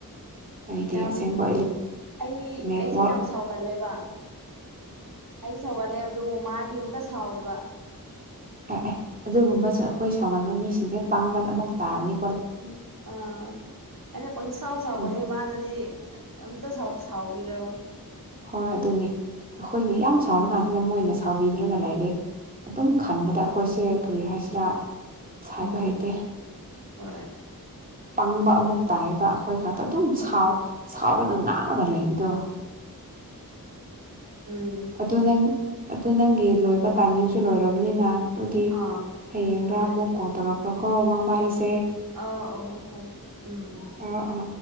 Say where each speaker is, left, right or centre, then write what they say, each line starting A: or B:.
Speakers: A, on the right (about 25°); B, on the right (about 65°).
A: ꯑꯩꯗꯤ
B: ꯌꯥꯝ
A: ꯑꯁꯦꯡꯕ
B: ꯑꯩ
A: ꯅꯦꯠꯋꯔꯛ
B: ꯑꯩꯁꯦ ꯌꯥꯝ ꯁꯥꯎꯒꯜꯂꯦꯕ ꯑꯩ ꯁꯧꯒꯠꯂꯦꯕ ꯑꯗꯨꯕꯨ ꯃꯥꯗꯤ ꯑꯝꯇ ꯁꯥꯎꯗꯕ
A: ꯑꯦ ꯑꯦ ꯑꯗꯨꯒꯨꯝꯕꯁꯨ ꯑꯩꯈꯣꯏ ꯁꯥꯎꯒꯟꯕ ꯃꯤꯁꯤꯡꯁꯦ ꯄꯥꯡꯕꯟ ꯑꯃꯨꯛ ꯇꯥꯕꯅꯤ
B: ꯝ ꯑꯥ ꯑꯩꯅ ꯄꯪꯁꯥꯎ ꯁꯥꯎꯕꯅꯦ
A: ꯑꯗꯨꯅꯤ
B: ꯃꯥꯅꯗꯤ ꯑꯝꯇ ꯁꯥꯎꯕꯤꯔꯕ
A: ꯍꯣꯏ ꯑꯗꯨꯅꯤ ꯑꯩꯈꯣꯏꯅ ꯌꯥꯝ ꯁꯥꯎꯔꯀꯥꯟꯁꯤꯗ ꯃꯣꯏꯅ ꯁꯥꯎꯕꯤꯗ꯭ꯔꯒ ꯂꯩꯔꯦ ꯑꯗꯨꯝ ꯈꯟꯕꯗ ꯑꯩꯈꯣꯏꯁꯦ ꯀꯔꯤ ꯍꯥꯏꯁꯤꯔꯥ ꯍꯥꯏꯕ
B: ꯎꯝ
A: ꯍꯩꯇꯦ
B: ꯍꯣꯏ
A: ꯄꯪꯕ ꯑꯃꯨꯛ ꯇꯥꯏꯕ ꯑꯩꯈꯣꯏ ꯈꯛꯇ ꯑꯗꯨꯝꯥꯎ ꯁꯥꯎꯔꯒ ꯉꯥꯡꯔꯒ ꯂꯩꯕꯗꯣ
B: ꯎꯝ
A: ꯑꯗꯨ ꯅꯪ ꯑꯗꯨ ꯅꯪꯒꯤ ꯂꯣꯏꯕ ꯇꯥꯏꯃꯤꯡꯁꯨ ꯂꯣꯏꯔꯕꯅꯤꯅ ꯑꯗꯨꯗꯤ
B: ꯑꯥ
A: ꯍꯌꯦꯡꯗꯥ
B: ꯍꯣꯏ
A: ꯑꯃꯨꯛ ꯀꯣꯜ ꯇꯧꯔꯛꯈ꯭ꯔꯣ ꯀꯣ ꯃꯪ ꯐꯥꯔꯤꯁꯦ
B: ꯑ ꯑ ꯐꯔꯦ ꯎꯝ ꯎꯝ
A: ꯑ
B: ꯑꯣꯀꯦ
A: ꯑ